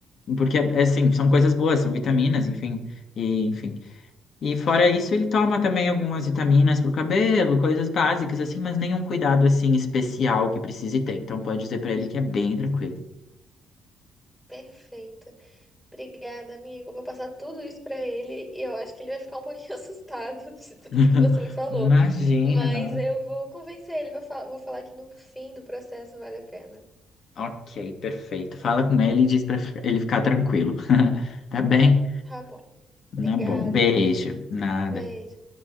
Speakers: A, on the left; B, in the centre.
A: Porque, é assim, são coisas boas, são vitaminas, enfim, e, enfim. E fora isso, ele toma também algumas vitaminas pro cabelo, coisas básicas, assim, mas nenhum cuidado, assim, especial que precise ter. Então, pode dizer pra ele que é bem tranquilo.
B: perfeito. Obrigada, amigo. Eu Vou passar tudo isso pra ele e eu acho que ele vai ficar um pouquinho <laughs> assustado de tudo
A: <laughs>
B: que você me falou.
A: Imagina,
B: Mas
A: não.
B: eu vou convencer ele, vou, fa- vou falar que no fim do processo vale a pena.
A: Ok, perfeito. Fala com ele e diz pra fi- ele ficar tranquilo. <laughs> Tá bem?
B: Tá bom.
A: Tá
B: Obrigada.
A: bom. Beijo. Nada.
B: Beijo.